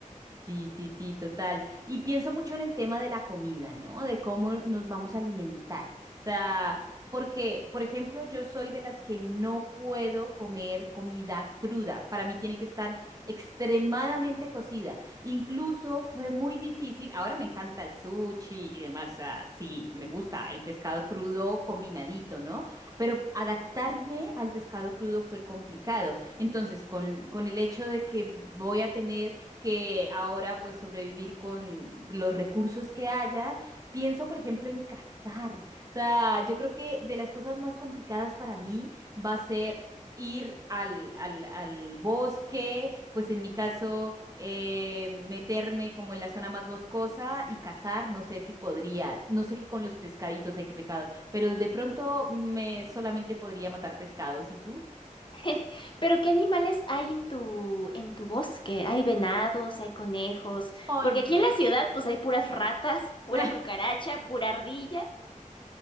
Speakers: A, on the right; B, on the left.
A: Sí, sí, sí, total. Y pienso mucho en el tema de la comida, ¿no? De cómo nos vamos a alimentar. O sea, porque, por ejemplo, yo soy de las que no puedo comer comida cruda. Para mí tiene que estar extremadamente cocida. Incluso fue muy difícil. Ahora me encanta el sushi y demás. O sea, sí, me gusta el pescado crudo combinadito, ¿no? Pero adaptarme al pescado crudo fue complicado. Entonces, con, con el hecho de que voy a tener que ahora pues sobrevivir con los recursos que haya. Pienso, por ejemplo, en cazar. O sea, yo creo que de las cosas más complicadas para mí va a ser ir al, al, al bosque, pues en mi caso, eh, meterme como en la zona más boscosa y cazar, no sé si podría, no sé qué con los pescaditos hay que pecado, pero de pronto me solamente podría matar pescados, ¿y tú?
B: <laughs> Pero ¿qué animales hay en tu, en tu bosque? Hay venados, hay conejos,
A: Ay,
B: porque
A: no.
B: aquí en la ciudad pues hay puras ratas, pura
A: <laughs>
B: cucaracha, pura ardilla.